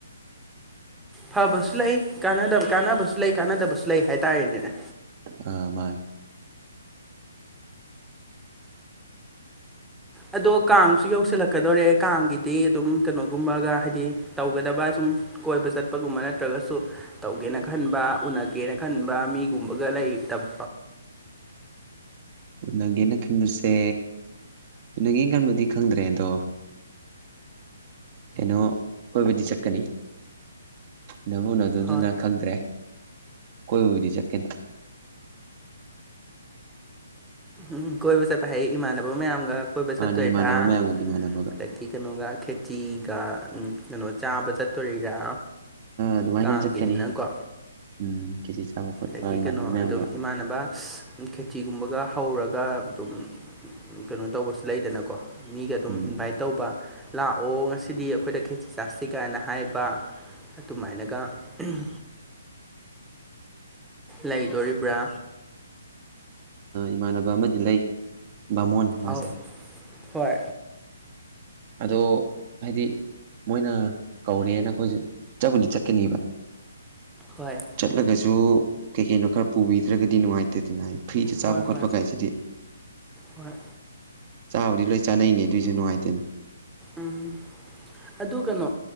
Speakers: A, in the centre; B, on the right (about 40°).
A: ꯐꯕꯁꯨ ꯂꯩ ꯀꯅ ꯀꯥꯟꯅꯕꯁꯨ ꯂꯩ ꯀꯥꯟꯅꯗꯕꯁꯨ ꯂꯩ ꯍꯥꯏꯇꯥꯔꯦꯅꯦ
B: ꯑ ꯃꯥꯅꯤ <unintelligible>
A: ꯑꯗꯣ ꯀꯥꯡꯁꯨ ꯌꯧꯁꯤꯜꯂꯛꯀꯗꯣꯔꯦ ꯀꯥꯡꯒꯤꯗꯤ ꯑꯗꯨꯝ ꯀꯩꯅꯣꯒꯨꯝꯕꯒ ꯍꯥꯏꯗꯤ ꯇꯧꯒꯗꯕ ꯁꯨꯝ ꯀꯣꯏꯕ ꯆꯠꯄꯒꯨꯝꯕ ꯅꯠꯇ꯭ꯔꯒꯁꯨ ꯇꯧꯒꯦꯅ ꯈꯟꯕ ꯎꯅꯒꯦꯅ ꯈꯟꯕ ꯃꯤꯒꯨꯝꯕꯒ ꯂꯩꯇꯕꯣ
B: ꯎꯅꯒꯦꯅ ꯈꯟꯕꯁꯦ ꯎꯅꯒꯦꯅ ꯈꯟꯕꯗꯤ ꯈꯪꯗ꯭ꯔꯦ ꯑꯗꯣ ꯀꯩꯅꯣ ꯀꯣꯏꯕꯗꯤ ꯆꯠꯀꯅꯤ ꯅꯕꯨꯅ ꯑꯗꯨꯗꯨꯅ
A: ꯍꯣꯏ
B: ꯈꯪꯗ꯭ꯔꯦ ꯀꯣꯏꯕꯕꯨꯗꯤ ꯆꯠꯀꯅꯤ <unintelligible>
A: ꯎꯝ ꯀꯣꯏꯕ ꯆꯦꯄ ꯍꯥꯏ ꯏꯃꯥꯟꯅꯕ ꯃꯌꯥꯝꯒ ꯀꯣꯏꯕ
B: ꯃꯥꯅ
A: ꯆꯠꯇꯣꯢꯔ
B: ꯏꯃꯥꯟꯅꯕ ꯃꯌꯥꯝꯒꯅꯤ ꯏꯃꯥꯟꯅꯕꯒ
A: ꯑꯗ ꯀꯩꯅꯣꯒ ꯈꯦꯆꯤꯒ ꯀꯩꯅꯣ ꯆꯥꯕ ꯆꯠꯇꯣꯔꯤꯔꯥ
B: ꯑꯗꯨꯃꯥꯏꯅ
A: ꯀꯥꯡꯒꯤꯅꯤꯅꯀꯣ
B: ꯆꯠꯀꯅꯤ ꯎꯝ ꯀꯦꯖꯤ ꯆꯥꯕ ꯈꯣꯠꯄ
A: ꯑꯗꯒꯤ
B: ꯏꯃꯥꯟꯅꯕ
A: ꯀꯩꯅꯣ
B: ꯃꯌꯥꯝꯒ
A: ꯑꯗꯨꯝ ꯏꯃꯥꯟꯅꯕ ꯈꯦꯇꯤꯒꯨꯝꯕꯒ ꯍꯧꯔꯒ ꯑꯗꯨꯝ ꯀꯩꯅꯣ ꯇꯧꯕꯁꯨ ꯂꯩꯗꯅꯀꯣ ꯃꯤꯒ ꯑꯗꯨꯝ
B: ꯎꯝ
A: ꯏꯟꯚꯥꯏꯠ ꯇꯧꯕ ꯂꯥꯛꯑꯣ ꯉꯁꯤꯗꯤ ꯑꯩꯈꯣꯏꯗ ꯈꯦꯁꯤꯤ ꯆꯥꯁꯤ ꯀꯥꯏꯅ ꯍꯥꯏꯕ ꯑꯗꯨꯃꯥꯏꯅꯒ ꯎꯝ ꯂꯩꯗꯣꯔꯤꯕ꯭ꯔꯥ
B: ꯏꯃꯥꯟꯅꯕ ꯑꯃꯗꯤ ꯂꯩ ꯕꯥꯃꯣꯟ ꯃꯥꯁꯦ
A: ꯑꯥꯎ ꯍꯣꯏ
B: ꯑꯗꯣ ꯍꯥꯏꯗꯤ ꯃꯣꯏꯅ ꯀꯧꯔꯦꯅ ꯑꯩꯈꯣꯏꯁꯨ ꯆꯠꯄꯨꯗꯤ ꯆꯠꯀꯅꯤꯕ
A: ꯍꯣꯏ
B: ꯆꯠꯂꯒꯁꯨ ꯀꯩ ꯀꯩꯅꯣ ꯈꯔ ꯄꯨꯕꯤꯗ꯭ꯔꯒꯗꯤ ꯅꯨꯡꯉꯥꯏꯇꯦꯗꯅ ꯍꯥꯏ ꯐ꯭ꯔꯤꯁꯦ ꯆꯥꯕ
A: ꯍꯣꯏ
B: ꯈꯣꯠꯄ
A: ꯍꯣꯏ
B: ꯀꯥꯏꯁꯤꯗꯤ <inaudible>
A: ꯍꯣꯏ
B: ꯆꯥꯕꯨꯗꯤ ꯂꯣꯏ ꯆꯥꯅꯩꯅꯦ ꯑꯗꯨꯏꯁꯨ ꯅꯨꯡꯉꯥꯏꯇꯅ <inaudible>
A: ꯎꯝ ꯑꯗꯨ ꯀꯩꯅꯣ